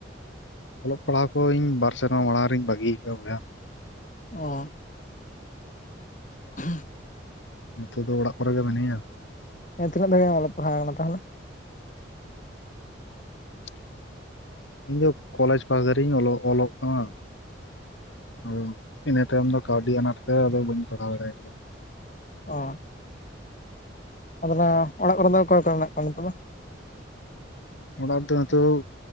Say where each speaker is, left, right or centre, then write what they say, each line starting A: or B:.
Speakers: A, on the left; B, on the left.
A: ᱚᱞᱚᱜ ᱯᱟᱲᱦᱟᱜ ᱠᱚᱧ ᱵᱟᱨ ᱥᱮᱨᱢᱟ ᱢᱟᱲᱟᱝ ᱨᱤᱧ ᱵᱟᱹᱜᱤ ᱟᱹᱠᱟᱫ ᱟ ᱵᱚᱭᱦᱟ
B: ᱚ ᱦᱮᱸ
A: ᱱᱤᱛᱚᱜ ᱫᱚ ᱚᱲᱟᱜ ᱠᱚᱨᱮᱜᱮ ᱢᱤᱱᱟᱹᱧ ᱟ
B: ᱦᱮᱸ ᱛᱤᱱᱟᱹᱜ ᱫᱷᱟᱵᱮᱢ ᱚᱞᱚᱜ ᱯᱟᱲᱦᱟᱣ ᱟᱠᱟᱱᱟ ᱛᱟᱦᱚᱞᱮ
A: <inaudible> ᱤᱧ ᱫᱚ ᱠᱚᱞᱮᱡᱽ ᱯᱟᱥ ᱫᱷᱟᱨᱤᱡ-ᱤᱧ ᱚᱞᱚᱜ ᱠᱟᱱᱟ ᱚ ᱤᱱᱟᱹ ᱛᱟᱭᱚᱢ ᱫᱚ ᱠᱟᱹᱣᱰᱤ ᱟᱱᱟᱴ ᱛᱮ ᱟᱫᱚ ᱵᱟᱹᱧ ᱯᱟᱲᱦᱟᱣ ᱫᱟᱲᱮ ᱠᱟᱫᱟ
B: ᱚ ᱟᱫᱚ-ᱱᱟ ᱚᱲᱟᱜ ᱠᱚᱨᱮ ᱫᱚ ᱚᱠᱚᱭ-ᱠᱚ ᱢᱮᱱᱟᱜ ᱠᱚᱣᱟ ᱱᱤᱛᱚᱜ ᱫᱚ
A: ᱚᱲᱟᱜ ᱨᱮᱫᱚ ᱱᱤᱛᱚᱜ